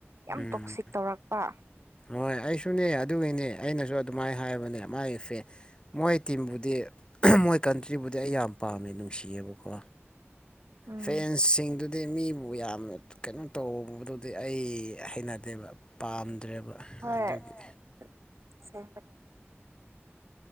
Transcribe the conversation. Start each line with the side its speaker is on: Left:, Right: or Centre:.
Right: ꯌꯥꯝ
Left: ꯎꯝ
Right: ꯇꯣꯛꯁꯤꯛ ꯇꯧꯔꯛꯄ
Left: ꯍꯣꯏ ꯑꯩꯁꯨꯅꯦ ꯑꯗꯨꯒꯤꯅꯦ ꯑꯩꯅꯁꯨ ꯑꯗꯨꯃꯥꯏ ꯍꯥꯏꯕꯅꯦ ꯃꯥꯥꯏꯒꯤ ꯐꯦꯟ ꯃꯣꯏ ꯇꯤꯝꯕꯨꯗꯤ ꯃꯣꯏ ꯀꯟꯇ꯭ꯔꯤꯕꯨꯗꯤ ꯑꯩ ꯌꯥꯝ ꯄꯥꯝꯃꯦ ꯅꯨꯡꯁꯤꯌꯦꯕꯀꯣ
Right: ꯎꯝ
Left: ꯐꯦꯟꯁꯁꯤꯡꯗꯨ ꯗꯤ ꯃꯤꯕꯨ ꯌꯥꯝꯅ ꯀꯩꯅꯣ ꯇꯧꯕꯗꯨꯗꯤ ꯑꯩ ꯍꯩꯅꯗꯦꯕ ꯄꯥꯝꯗ꯭ꯔꯦꯕ
Right: ꯍꯣꯏ
Left: ꯑꯗꯨꯒꯤ
Right: <unintelligible>